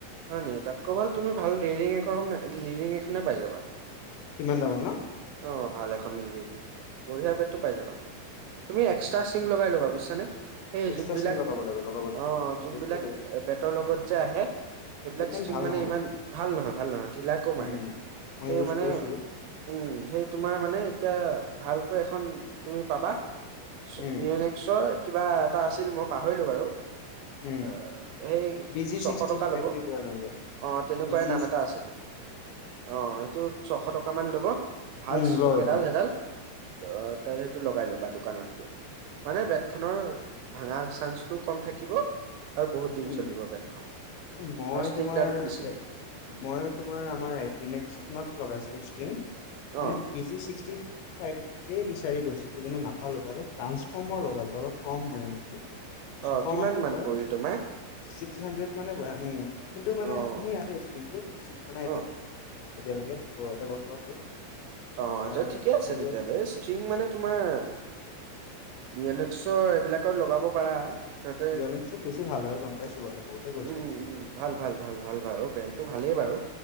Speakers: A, on the right; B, on the left.
A: হয় নেকি তাতকৈ ভাল তুমি ভাল লিৰিং <unintelligible> লিৰিং এখনে পাই যাবা।
B: কিমান দামৰ ন
A: অ' ভাল এখন <unintelligible> বঢ়িয়া বেটটো পাই যাবা, তুমি এক্সট্ৰা এথিং লোগায় ল'বা বুজিছানে, এ,
B: এক্সট্ৰা
A: যোনবিলাক
B: চিম লগাব লাগিব লগাব লাগিব
A: অ' যোনবিলাক
B: এইটো
A: বেটৰ লগত যে আহে। সেইবিলাক
B: সেইখন
A: ষ্ট্ৰিং
B: ভাল
A: মানে
B: নহয়
A: ইমান ভাল নহয় ভাল নহয় ঢিলাকে মাৰে,
B: উম মই
A: সেই
B: ইউজ
A: মানে
B: কৰিছো
A: উম, সেই তোমাৰ মানে এতিয়া ভালকৈ এখন তুমি পাবা, <unintelligible>
B: উম
A: চৰ কিবা এটা আছিল মই পাহৰিলোঁ বাৰু।
B: উম
A: অ' এই
B: বি জি
A: ছশ
B: ছিক্সটি
A: টকা ল'ব।
B: <unintelligible>
A: অ' তেনেকুৱাই
B: বি জি
A: নাম এটা
B: ছিক্সটি
A: আছিল, অ' সেইটোত ছশ টকা মান ল'ব। ভাল
B: উম
A: ষ্ট্ৰিং
B: লয়
A: এডাল এডাল, অ' তাৰে লগাই ল'বা দোকানত গৈ, মানে বেট খনৰ ভাঙা চান্সটো কম থাকিব। আৰু বহুত দিন
B: উম
A: চলিব বেটখন।
B: মই
A: আৰু ষ্টিংডালো
B: তোমাৰ
A: নিচিঙে
B: হে মই তোমাৰ আমাৰ এড্ৰিনেক্স খনত লগাইছিলোঁ ষ্ট্ৰিং,
A: অ'
B: মানে বি জি ছিক্সটি <unintelligible> <unintelligible> বিচাৰি গৈছিলোঁ কিন্তু নাপালোঁ তাতে ট্ৰাঞ্চফৰ্মৰ লগালোঁ অলপ কম ৰেঞ্জটো। ছশ
A: অ' কিমান
B: মানহে পৰে।
A: <unintelligible>
B: ছিক্স হাণ্ড্ৰেড মানে <unintelligible> কিন্তু মানে
A: অ'
B: ধুনীয়া ষ্ট্ৰিংটো <unintelligible> এতিয়া,
A: অ'
B: এতিয়ালৈকে দুব এবছৰ হ'ল।
A: অ'
B: তোমাৰ
A: তে ঠিকে আছে
B: খেলি
A: তেতিয়া ৰেছ। ঠিং মানে তোমাৰ, ইয়েনক্সৰ এইবিলাকত লগাব পাৰা। সিহঁত,
B: ইয়নেক্সটো বেছি ভাল হয় গম পাইছোঁ বাৰু বহুতে কৈছে
A: উম, উম, ভাল ভাল ভাল ভাল বাৰু। ব্ৰেণ্ডটো ভালেই বাৰু।